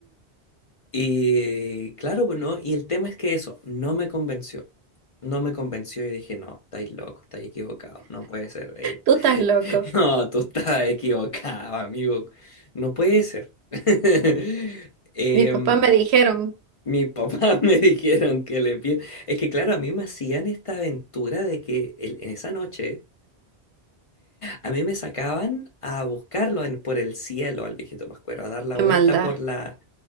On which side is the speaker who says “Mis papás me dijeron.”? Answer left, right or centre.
Right